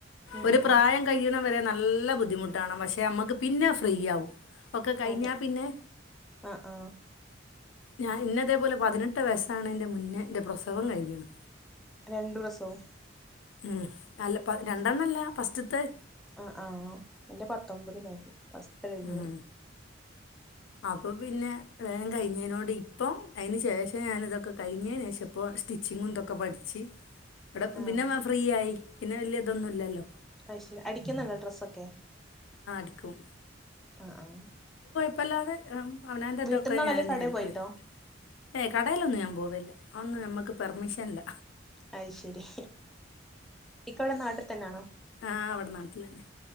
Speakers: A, in the centre; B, on the left.
A: ഉം
B: ഒരു,
A: ഉം
B: പ്രായം കഴിയണം വരെ നല്ല ബുദ്ധിമുട്ടാണ് പക്ഷെ നമ്മക്ക് പിന്നെ ഫ്രീയാവും ഒക്കെ കഴിഞ്ഞ
A: അതെ
B: പിന്നെ
A: ആഹ് ആഹ്
B: ഞാൻ, ഇന്നതേപോലെ പതിനെട്ട് വയസ്സാണ് എൻന്റെ മുന്നേ ന്റെ പ്രസവം കഴിഞ്ഞിണ്.
A: രണ്ട്, പ്രസവും
B: ഉം, അല്ല രണ്ടെണ്ണംല്ല ഫസ്റ്റത്തെ
A: ആ, ആഹ എന്റെ, പത്തൊമ്പതിലായിരുന്നു, ഫസ്റ്റ്, ഡെലിവറി.
B: ഉം അപ്പൊ, പിന്നെ, ൻ, കഴിഞ്ഞതിനോട്, ഇപ്പൊ, അതിനന്, ശേഷം, ഞാൻ, ഇതൊക്കെ, കഴിഞ്ഞേനെഷപ്പോ സ്റ്റിച്ചിങ്ങുംന്തൊക്കെ, പഠിച്ച്, ഇവിടെ
A: ആഹ്
B: പിന്നെ, ഫ്രീ ആയി, പിന്നെ വലിയ, ഇതൊന്നുല്ലല്ലോ
A: അയ്ശരി, അടിക്കുന്നുല്ലോ, ഡ്രസ്സൊക്കെ
B: ക്കും
A: ആ, ആഹ്.
B: അപ്പംല്ലാതെ അവനാൻ്റെ
A: വീട്ടിൽന്നാണോ
B: ഇതൊക്കെ ഞാൻ
A: അല്ലേ
B: തന്നെ
A: കടേ
B: എടുക്കരുത്
A: പോയിട്ടോ
B: ഏയ് കടയിലൊന്നും ഞാൻ പോകും ഒന്നന്ന് ഞമ്മുക്ക് പെർമിഷൻല്ല
A: അത് ശരി ഇക്ക അവിടെ നാട്ടിൽ തന്നൊണോ
B: ആഹ അവിടെ നാട്ടില തന്നെ